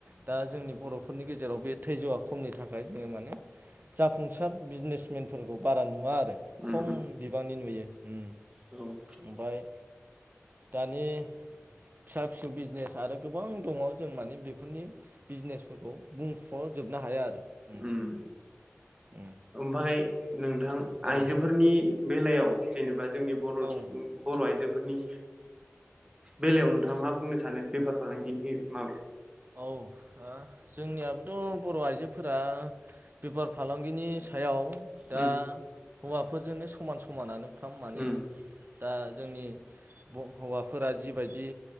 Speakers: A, on the right (about 45°); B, on the right (about 20°).
A: दा जोंनि बर'फोरनि गेजेराव बे थैजौआ खमनि थाखाय जोङो माने जाफुं फुंसार बिजनेसमेनफोरखौ बारा नुवा आरो। खम
B: उम
A: बिबांनि नुयो उम
B: औ उम
A: ओमफाय। दानि फिसा फिसौ बिजिनेस आरो गोबां दङ जों माने बेफोरनि बिजिनेसफोरखौ बुंख'जोबनो हाया आरो। उम
B: ओम
A: औ
B: ओमफाय नोंथां
A: औ
B: आइजोफोरनि बेलायाव जेनेबा जोंनि बर
A: औ
B: सुबुं बर' आइजो फोरनि बेलायाव नोंथाङा मा बुंनो सानो बेफार फालांगिनि मा
A: औ ओ जोंनियाबो थ' बर' आइजोफोरा बेफार फालांगिनि सायाव दा
B: उम
A: हौवाफोरजोंनो समान समानानो फाम माने।
B: उम
A: दा जोंनि हौवाफोरा जिबायदि